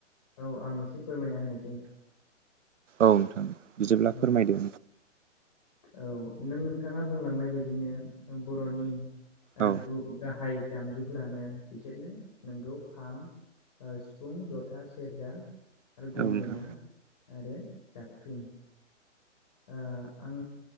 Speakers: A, on the left (about 30°); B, on the right (about 70°).
A: औ आं एसे फोरमायना होनो।
B: औ नोंथां बिदिब्ला
A: औ
B: फोरमायदो।
A: औ नोंथाङा बुंलांनाय बायदिनो बर'नि। ओ
B: औ
A: गु गाहाय। दामजुफोरानो बिसोरनो नोंगौ खाम ओ सिफुं जथा सेरजा। आरो गंगोना
B: नोंथां औ
A: आरो जाबख्रिं। ओ आं